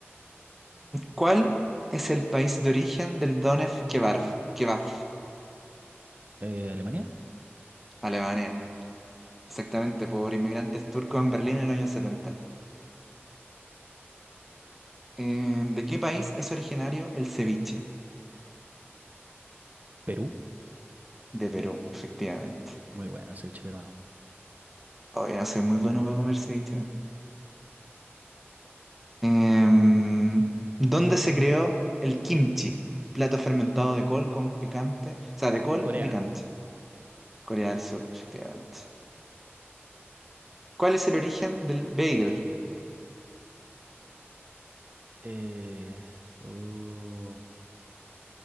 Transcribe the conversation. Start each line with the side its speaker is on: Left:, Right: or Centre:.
Centre: ¿Cuál es el país de origen del Donef Kebab? Kebab,
Right: Eh, Alemania,
Centre: Alemania. Exactamente, por inmigrantes turcos en Berlín en los años 70. Em, ¿de qué país es originario el ceviche?
Right: Perú,
Centre: De Perú, efectivamente.
Right: muy bueno el ceviche peruano.
Centre: Oye, no soy muy bueno para comer ceviche. Em, ¿dónde se creó el kimchi? Plato fermentado de col con picante, o sea, de col
Right: Corea,
Centre: y picante. Corea del Sur, efectivamente. ¿Cuál es el origen del bagel,
Right: eh, uh,